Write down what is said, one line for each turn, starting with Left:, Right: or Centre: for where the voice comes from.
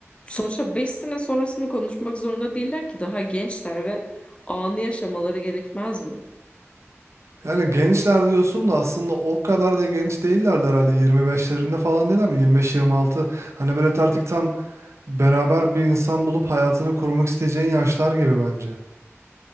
Left: sonuçta 5 sene sonrasını konuşmak zorunda değiller ki daha gençler ve anı yaşamaları gerekmez mi?
Right: Yani gençler diyorsun da aslında o kadar da genç değillerdi herhalde 25'lerinde falan değil mi? 25-26 hani böyle artık tam beraber bir insan bulup hayatını kurmak isteyeceğin yaşlar gibi bence.